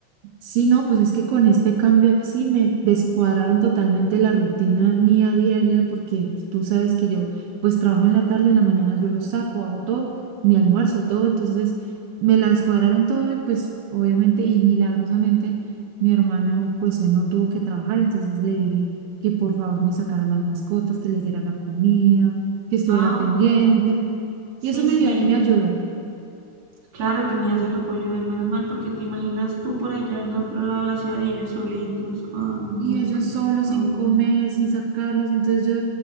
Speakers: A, on the right; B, on the right.
A: Sí, no, pues es que con este cambio así me descuadraron totalmente la rutina mía diaria porque tú sabes que yo pues trabajo en la tarde, en la mañana yo lo saco, hago todo, mi almuerzo, todo, entonces me la descuadraron todo y pues obviamente y milagrosamente mi hermano pues hoy no tuvo que trabajar, entonces le dije que por favor me sacara las mascotas, que les diera la comida, que estuviera
B: Ah,
A: pendiente
B: bueno, sí,
A: y eso me
B: sí,
A: dio, me ayudó.
B: claro, tenías el apoyo de él, menos mal, porque te imaginas tú por allá en otro lado de la ciudad y ellos solitos. Ah, no,
A: y ellos
B: qué pecado.
A: solos, sin comer, sin sacarlos. Entonces yo,